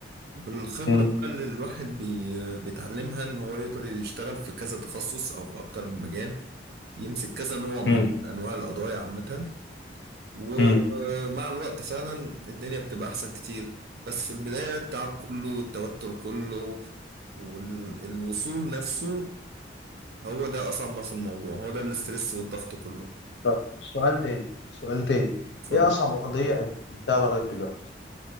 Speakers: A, on the right; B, on the left.
A: والخبرة
B: مم.
A: بقى اللي الواحد بي- بيتعلمها إن هو يقدر يشتغل في كذا تخصص أو في أكتر من مجال يمسك كذا نوع من
B: مم.
A: أنواع القضايا عامة ومع
B: مم.
A: الوقت فعلا الدنيا بتبقى أحسن كتير بس في البداية التعب كله والتوتر كله والوصول نفسه هو ده أصعب ما في الموضوع هو ده الاسترس والضغط كله
B: طب سؤال تاني سؤال تاني
A: اتفضل
B: ايه اصعب قضيه قدمتها لغايه دلوقتي